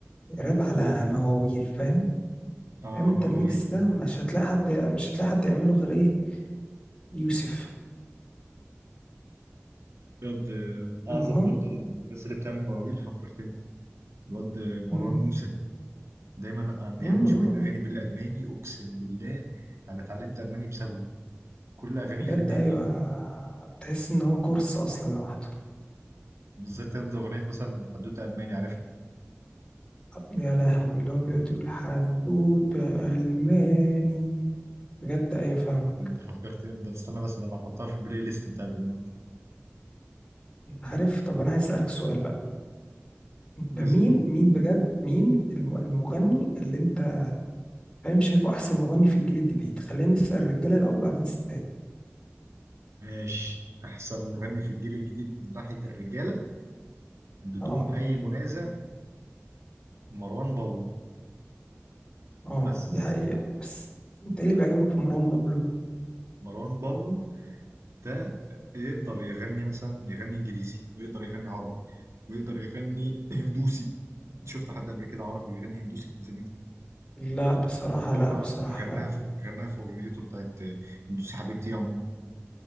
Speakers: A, on the left; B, on the right.
A: راب على مواويل فاهم
B: آه
A: فاهم انت
B: مواويل
A: الميكس ده مش هتلاقي حد مش هتلاقي حد يعمله غير ايه يوسف
B: الواد من أعظم
A: المهم
B: برضو الناس اللي بتعمل مواويل فكرتني الواد مروان
A: مم.
B: موسى دايما بيعمل
A: مم.
B: شوية أغاني بالألماني أقسم بالله أنا اتعلمت ألماني بسببه كل أغانيه
A: بجد
B: ألمانية
A: ايوه بتحس ان هو كورس اصلا لوحده
B: بالذات يد أغنية مثلا حدوتة ألماني عارفها
A: يا لهوي اللي هو بيقعد يقول حدوته الماني بجد ايوه فاهمه
B: ده انت فكرتني ده استنى بس ده انا هحطها في البلاي ليست بتاعتي دلوقتي
A: انت عارف طب انا عايز اسالك سؤال بقى انت
B: بس
A: مين مين بجد مين الم- المغني اللي انت فاهم شايفه احسن مغني في الجيل الجديد خلينا نسال الرجاله الاول بعدين ستات
B: ماشي احسن مغني في الجيل الجديد من ناحية الرجالة بدون
A: اه
B: اي منازع مروان باولو
A: اه
B: بس
A: دي حقيقه بس انت ايه اللي بيعجبك في مروان بابلو
B: مروان باولو ده يقدر يغني مثلا يغني انجليزي ويقدر يغني عربي ويقدر يغني هندوسي شفت حد قبل كده عربي بيغني هندوسي زميلك
A: لا بصراحة
B: هو
A: لا
B: بقى
A: بصراحة
B: غناها
A: لا
B: في غناها في اغنيته بتاعت هندوسي حبيبتي يا أمه.